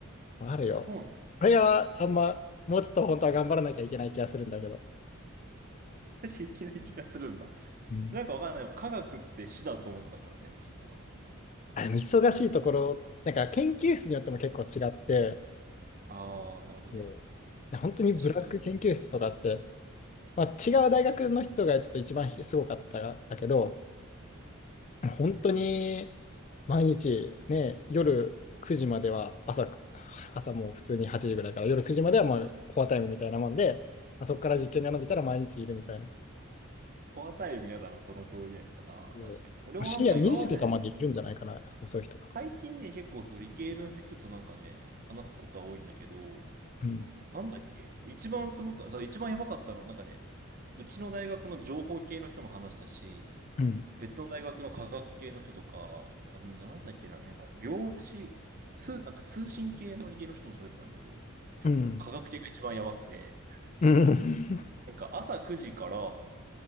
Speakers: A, on the left (about 35°); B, on the right (about 40°).
A: あるよ。
B: そうなんだ。
A: あれがあんま、もうちょっと本当は頑張らなきゃいけない気がするんだけど。
B: いきな気がするんだ。
A: うん。
B: なんかわかんない。科学って死だと思ってたからね、ちょっと。
A: あ、でも忙しいところ、なんか研究室によっても結構違って、
B: ああ、なるほどね。
A: そう。本当にブラック研究室とかって、
B: 確かに。
A: まあ、違う大学の人がちょっと一番ひすごかったんだけど、本当に
B: うんうん
A: 毎日ね、夜9時までは朝、朝もう普通に8時ぐらいから夜9時まではまあコアタイムみたいなもんで、まあ、そこから実験が伸びたら毎日いるみたいな。
B: コアタイム嫌だな、その表現だな。
A: そうまあ深夜2時とかまでいるんじゃないかな、
B: 確かに。俺もなんか今まで
A: 遅い日とか。
B: 最近ね、結構その理系の人となんかね、話すことは多いんだけど、
A: うん。
B: なんだっけ一番すごく、そう一番やばかったの、なんかね、うちの大学の情報系の人も話したし、
A: うん。
B: 別の大学の科学系の人とか、あとねなんだっけな、なんか量子、通、なんか通信系の理系の人も喋ったんだけど、
A: うん。
B: 科学系が一番やばくて、
A: うん
B: なんか朝9時から